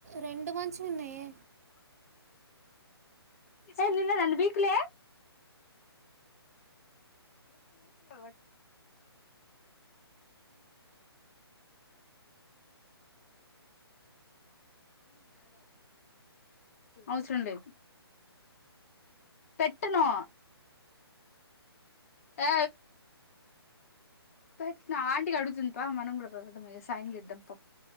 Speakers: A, on the right; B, on the left.
A: రెండు మంచివి ఉన్నాయే
B: ఏ నిన్న రెండు పీకలే <unintelligible> అవసరం లేదు పెట్టను ఏ పె ఆంటికి అడుగుతుంది పా మనం కూడా క సాయం చేద్దాం పాప